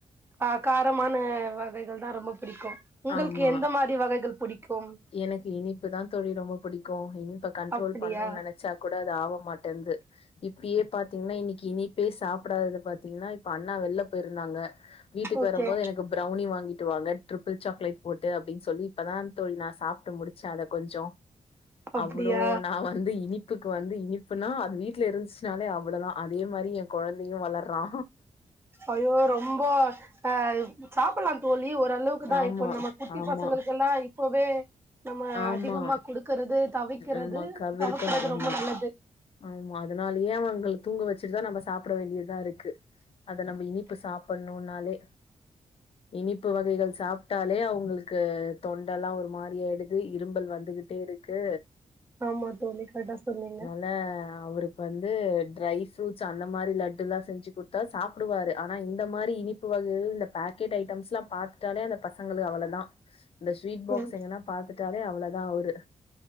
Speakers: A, on the right; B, on the left.
A: ஆ காரமான வகைகள் தா ரொம்ப புடிக்கு உங்கள்க்கு
B: ஆமா
A: எந்த மாரி வகைகள் புடிக்கும்
B: எனக்கு இனிப்பு தா தோழி ரொம்ப புடிக்கு இனிப்ப கண்ட்ரோல்
A: அப்படியா
B: பண்ணோ நெனச் ச்சா கூட அது ஆவ மாட்டன்து இப்பயே பாத்தீங்கன்னா இன்னிக்கி இனிப் போய் சாப்டாதது பாத்தீங்ன்னா இப்ப அண்ணா வெள்ல போயிருந்தாங்க வீட்டுக்கு
A: ஓகே
B: வரும்போது எனக்கு பிரவ்னி வாங்கிட்டு வாங்க ட்ரிபிள் சாக்லேட் போட்டு அப்டின் சொல்லி இப்பதா தோழி நாஸ் சாப்ட்டு முடிச்ச அத கொஞ்சோ
A: அப்டியா
B: அவ்ளோ நா வந்து இனிப் புக்கு வந்து இனிப்புனா அது வீட்ல இருந்துச்சுனாலே அவ்ளதா அதே மாதிரி என் கொழந்தையு வளர்றா
A: அய்யய்யோ ரொம்ப அ சாப்புல்லா தோழி ஓரளவுக்குதா
B: ஆமா
A: இப்ப நம்ம குட்டி
B: ஆமா
A: பசங்களுக்கு எல்லா இப்பவே நம்ம
B: ஆமா
A: அதிகமா குடுக்கறது தவிக்கிறது
B: ஆமா கவ்வு
A: தவிர்க்கிறது
B: இருக்கணு ஆமா
A: ரொம்ப நல்லது
B: ஆமா அதனாலயே அவங்கள தூங்க வச்சுட்டுதா நம்ப சாப்ட வேண்டியதாருக்கு அத நம்ம இனிப்பு சாப்பன்னோனாலே இனிப்பு வகைகள் சாப்டாலே அவங்கள்க் க்கு தொண்டல்லா ஒரு மாரி ஆயிடுது இரும்பல் வந்துகிட்டே இருக்கு
A: ஆமா தோழி கர்ட்டா சொன்னீங்க
B: ல அவருக் வந்து ட்ரை ப்ரூட்ஸ் அந்த மாரி லட்டுல்லா செஞ்சு குத்தா சாப் டுவாரு ஆனா இந்த மாரி இனிப்பு வகைகள் இந்த பாக்கெட் ஐட்டம்ஸ்ல்லா பாத்ட்டாலே அந்த பச ங்களு அவ்ளதா இந்த ஸ்வீட் பாக்ஸ்
A: ம்
B: எங்கன்னா பாத்துட்டாலே அவ்ளதா அவுரு